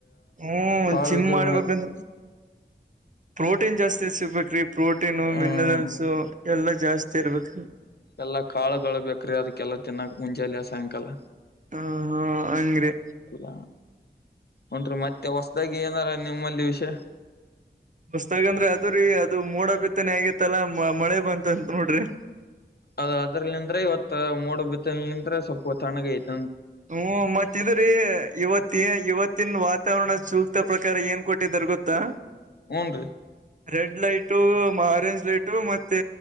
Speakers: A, on the right; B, on the left.
A: ಹ್ಮ್,
B: ಕಾಳುದು
A: ಜಿಮ್ ಮಾಡ್ಬೇಕಂದ್ರ ಪ್ರೋಟೀನ್ ಜಾಸ್ತಿ ಸಿಗ್ಬೇಕ್ರಿ ಪ್ರೋಟೀನು,
B: ಹ್ಮ್
A: ಮಿನರಲ್ಸ್ ಎಲ್ಲಾ ಜಾಸ್ತಿ- ಜರ್ವತ್ತು ರಿ <unintelligible>
B: ಎಲ್ಲಾ ಕಾಳುಗಳು ಬೇಕ್ರೀ ಅದಕ್ಕೆಲ್ಲ ತಿನ್ನಕಾ ಮುಂಜಾಲೆ ಸಾಯಂಕಾಲ.
A: ಹಾ, ಹಾ ಹಂಗ್ರಿ
B: ಅಲ್ಲ ಅಂತ್ರಮತ್ತೆ ಹೊಸದಾಗಿ ಏನಾರ ನಿಮ್ಮಲ್ಲಿ ವಿಷಯ.
A: ಒಸ್ತಾಗಂದ್ರೆ ಅದ್ರೀ ಅದು ಮೋಡ ಬಿತ್ತನೆ ಆಗೇತ್ತಲ್ಲಾ ಮಳೆ ಬಂತಂತ ನೋಡ್ರಿ.
B: ಅದ ಅದ್ರಲ್ಲಿಂದ್ರೆ ಇವತ್ತು ಮೋಡ ಬಿತ್ತನೆ ಲಿಂತ್ರ ಸ್ವಲ್ಪ ತಣ್ಣಗ ಐತ
A: ಹ್ಮ ಮತ್ತೆ <unintelligible> ಇವತ್ ಏ ಇವತ್ತಿನ ವಾತಾವರಣ ಸೂಕ್ತ ಪ್ರಕಾರ ಏನ್ ಕೊಟ್ಟಿದರ್ ಗೊತ್ತಾ
B: ಹ್ಮ್, ನ್ರಿ
A: ರೆಡ್ ಲೈಟು, ಆರೆಂಜ್ ಲೈಟು ಮತ್ತೆ